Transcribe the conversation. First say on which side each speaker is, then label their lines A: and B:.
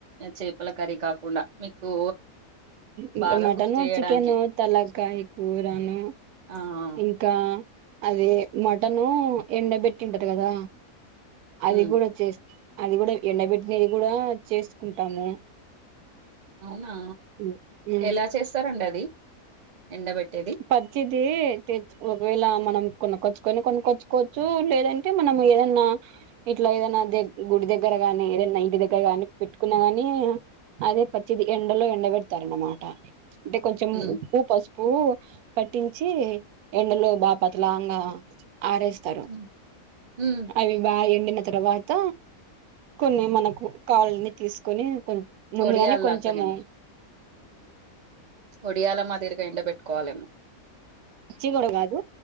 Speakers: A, on the right; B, on the right.
A: చేపల కర్రీ కాకుండా మీకు
B: ఇంకా
A: బాగా
B: మటన్
A: కుక్ చేయడానికి?
B: చికెను తలాకాయ కూరను
A: ఆ! ఆ!
B: ఇంకా అదే మటన్ ఎండబెట్టింటది కదా
A: హ్మ్.
B: అది కూడా చేస్త అది కూడా ఎండబెట్టినది కూడా చేసుకుంటాము
A: అవునా
B: ఉమ్ ఉమ్.
A: ఎలా చేస్తారండి అది ఎండబెట్టేది?
B: పచ్చిదే ఒకవేళ మనం కొనకొచ్చు కొనుకొచ్చుకోవచ్చు లేదంటే మనం ఏదన్నా ఇట్లా ఏదైనా గుడి దగ్గర గాని ఏద ఇంటి దగ్గరగాని పెట్టుకున్న గాని అదే పచ్చిది ఎండలో ఎండ పెడతారు అనమాట అంటే కొంచెం
A: హ్మ్.
B: ఉప్పు పసుపు పట్టించి ఎండలో బాపతలాంగా ఆరేస్తారు
A: హ్మ్. హ్మ్.
B: అవి బాగా ఎండిన తర్వాత కొన్ని మనకు కావల్లని తీసుకొని కొ ముందుగానే
A: ఒడియాల్లాగానేమో.
B: కొంచెము
A: ఒడియాల మాదీరిగా ఎండబెట్టుకోవాలేమో
B: పచ్చి కూడా కాదు